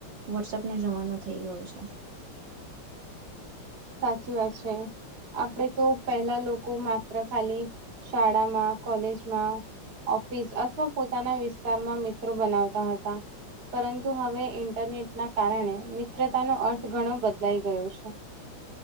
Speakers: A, on the right; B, on the right.
A: વોટ્સઅપ નો જમાનો થઇ ગયો છે.
B: સાચી વાત છે. આપણેે તો પહેલા લોકો માત્ર ખાલી શાળામાં કોલેજમાં ઓફિસ અથવા પોતાના વિસ્તારમાં મિત્રો બનાવતા હતા પરંતુ હવે ઈન્ટરનેટના કારણે મિત્રતાનો અર્થ ઘણો બદલાઈ ગયો છે